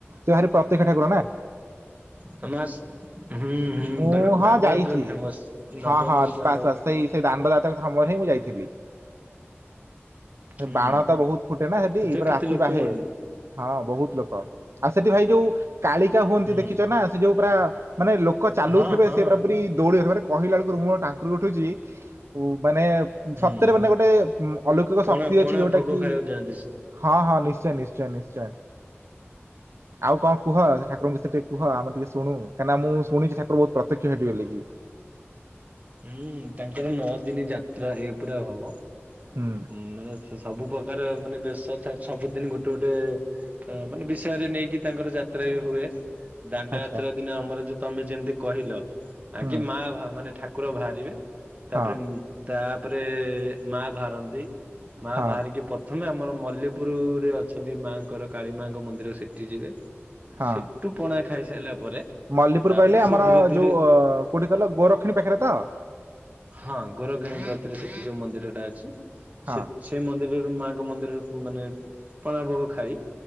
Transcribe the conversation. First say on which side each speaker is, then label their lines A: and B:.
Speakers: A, on the right (about 75°); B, on the right (about 30°).
A: ତୁ ଭାରି ପ୍ରତୀକ ଠାକୁର ନା।
B: ତମ ହୁଁ ହୁଁ
A: ମୁଁ
B: ତାଙ୍କର
A: ହଁ
B: ଦାଣ୍ଡଯାତ୍ର
A: ଯାଇଛି
B: ଫେମସ
A: ହଁ
B: ନବମୀ
A: ହଁ
B: ଦାଣ୍ଡଯାତ୍ର।
A: ବାସ୍ ବାସ୍ ସେଇ ସେଇ ଦାଣ୍ଡଦାତ୍ରା ସମୟରେିଁ ମୁଁ ଯାଇଥିଲି। ସେ
B: ହୁଁ
A: ବାଣ ତ ବହୁତ ଫୁଟେ ନା ସେଠି
B: ସେଥିରେ
A: ପ
B: କେତେ
A: ରାତି
B: ଲୋକ
A: ବାହେ।
B: ହୁଅନ୍ତି
A: ହଁ ବହୁତ ଲୋକ ଆଉ ସେଠି ଭାଇ ଯୋଉ କାଳିକା ହୁଅନ୍ତି
B: ହୁଁ।
A: ଦେଖିଛ ନା ସେ ଯୋଉ ପୁରା ମାନେ ଲୋକ ଚାଲୁଥିବେ
B: ହଁ ହଁ
A: ସେଇ ପୁରା ପୁରୀ ଦୌଡିଥିବ କହିଲା ବେଳକୁରୁ ମୁଁ ଟାଙ୍କୁରି ଉଠୁଛି ମାନେ ସତ୍ୟରେ
B: ହୁଁ
A: ମାନେ ଗୋଟେ ଅଲୌକିକ
B: ପଣା
A: ଶକ୍ତି
B: ପଣା
A: ଅଛି ଯୋଉଟା
B: ଭୋଗ
A: କି
B: ଖାଇବାକୁ ଯାଆନ୍ତି।
A: ହଁ ହଁ ନିଶ୍ଚୟ ନିଶ୍ଚୟ ନିଶ୍ଚୟ ଆଉ କଣ କୁହ ଠାକୁରଙ୍କଷ ଟିକେ କହ ଆମେ ଟିକେ ଶୁ କାଁକନା ମୁଁ ଶୁଣି ଠାକୁର ବହୁତ୍ୟକ୍ଷ ହେଇିଗ କି
B: ହୁଁ ତାଙ୍କର ନଅ ଦିନ ଯାତ୍ରା ଏ ପୁରା ହବ
A: ହୁଁ
B: ଁ ମାନେ ସବୁ ପ୍ରକାର ମାନେ ବେଶ ସବୁଦିନ ଗୋଟେ ଗୋଟେ ତ ମାନେ ବିଷୟରେ ନେଇକି ତାଙ୍କର ଯାତ୍ରା ବି ହୁଏ ଦାଣ୍ଡ
A: ଆଚ୍ଛା
B: ଯାତ୍ରା ଦିନେ ଆମର ଯଉ ତମେ ଯେମିତି କହିଲ ଆ
A: ହୁଁ
B: କି ମା ମାନେ ଠାକୁର ବାହାରିବେ ତାପରେ
A: ହଁ
B: ତାପରେ ମା ବାହାରନ୍ତି ମା
A: ହଁ
B: ବାହାରିକି ପ୍ରଥମେ ଆମର ମଲ୍ଲପୁରରେ ଅଛନ୍ତି ମାଙ୍କର କାଳୀ ମାଙ୍କ ମନ୍ଦିର ସେଠି ଯିବେ
A: ହଁ
B: ସେ ଟୁ ପଣା ଖାଇସାରିଲା ପରେ
A: ମଲ୍ଲୀପୁର
B: ତାପରେ
A: କହିଲେ ଆମର
B: ସେ ଧୀରେ ଧୀରେ
A: ଯୋଉ ଅ କୋଉଠି କହିଲ ଗୋରକ୍ଷିଣୀ ପାଖରେ ତ
B: ହଁ ଗୋରଖିଣୀଙ୍କତିରେ ସେଠି ଯୋଉ ମନ୍ଦିର ଟା ଅଛି
A: ହଁ
B: ସେଠ ସେ ମନ୍ଦିରରେ ମାଙ୍କ ମନ୍ଦିରରୁ ମାନେ ପଣା ଭୋଗ ଖାଇ